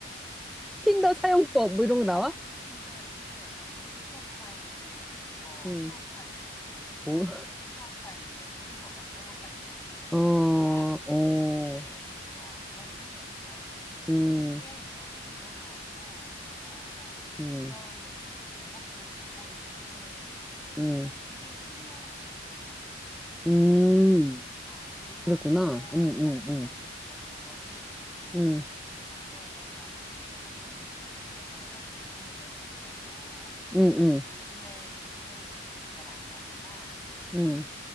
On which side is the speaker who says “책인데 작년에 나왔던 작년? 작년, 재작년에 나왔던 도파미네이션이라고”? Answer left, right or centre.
Left